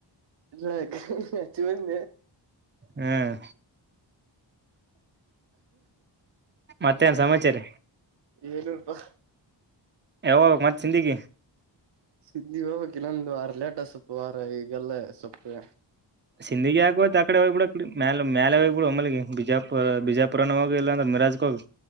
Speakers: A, on the right (about 65°); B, on the right (about 25°).
A: ಇ ಅಚವನ್
B: ಹ್ಮ್ ಮತ್ತೇನ್ ಸಮಾಚಾರ
A: ಏನು ವ
B: ಯಾವಾಗ ಮತ್ತ ಚಿಂದಗ
A: ಸಿದ್ದಿ ಹೋಗ ಕೆ ಇನ್ನೊಂದು ವಾರ ಲೇಟ ಸೊಪ್ಪು ವಾರ ಈಗಲ್ಲೇ ಸೊಪ್ಪೇ
B: ಸಿಿಂದಗ ಆಗತ್ ಆ ಕಡೆ ಹೋಗಿಬಡ ಮೇ ಮೇಲೆ ಹೋಗ್ಬ ಬಿಡ ಮಮ್ಮ ಬಿಜಾಪುರ್ ಬಿಜಾಪುರನ ಹೋಗ ಇಾಂದ್ರ ಯಿಮರಜ ಹೋಗು